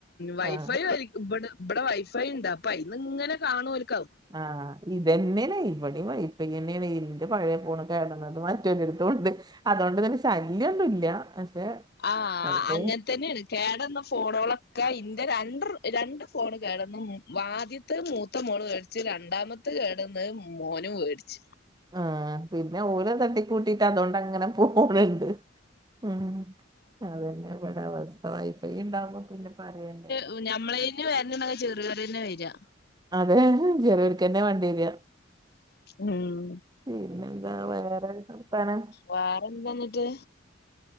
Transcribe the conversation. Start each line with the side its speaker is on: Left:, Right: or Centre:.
Left: വൈഫൈ
Right: ആഹ്
Left: വലി ഇബടെ ഇബടെ വൈഫൈ ഉണ്ട് അപ്പം അയിന്ന് ഇങ്ങനെ കാണുഓല്
Right: ആഹ് ഇതന്നെണ് ഇവിടെയും വൈഫൈതന്നെണ് ഇന്റെ പഴയ ഫോൺ കേടന്നത് മറ്റൊന്റെടുത്ത് കൊടുത്ത് അതുകൊണ്ട് തന്നെ ശല്യംന്നും ഇല്ല പക്ഷെ.
Left: ആഹ്
Right: വൈഫൈ
Left: അങ്ങൻതന്നെണ് കേടുന്ന ഫോണുകളൊക്കെ ഇന്റെ രണ്ട് രണ്ട് ഫോൺ കേടുന്ന് വാ ത്തെ മൂത്ത മോള് മേടിച് രണ്ടാമത്തെ കേടന്ന് മോനും മേടിച്ചു
Right: ആ പിന്നെ ഓലത് തട്ടി കൂട്ടിട്ട് അതൊണ്ട് അങ്ങനെ പോകണ്‌ണ്ട് ഉ അതന്നെ ഇവിടെ അവസ്ഥ വൈഫൈ ഉണ്ടാവകുമ്പോ പിന്നെ പറയേണ്ടെ
Left: ഓ ഞമ്മളേന് വരുന്നുണ്ടെങ്കിൽ ചെറിയോർ തന്നെ വെര
Right: അതെ ചെ കെന്നെ വാണ്ടിവെര
Left: ഉം
Right: പിന്നെ എന്താ വേറെ വർത്താനം
Left: വേറെന്താന്നട്ട്